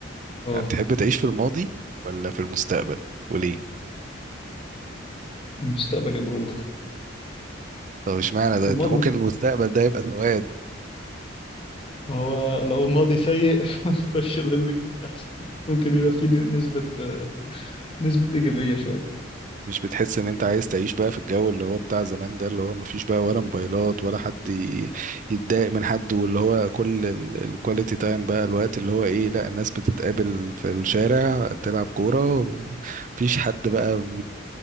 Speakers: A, on the left (about 25°); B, on the right (about 40°).
A: اه
B: هتحب تعيش في الماضي ولا في المستقبل وليه
A: المستقبل يا برو
B: طب اشمعنى ده
A: الماضي
B: انت ممكن المستقبل ده يبقى سواد
A: ما هو لو الماضي سيء <laughs> نخش للي جاي احسن ممكن يبقى فيه نسبة نسبة إيجابية شوية
B: مش بتحس ان انت عايز تعيش بقى في الجو اللي هو بتاع زمان ده اللي هو مفيش بقى ولا موبايلات ولا حد ي- يتضايق من حد واللي هو كل الكواليتي تايم بقى الوقت اللي هو ايه لا الناس بتتقابل في الشارع تلعب كورة ومفيش حد بقى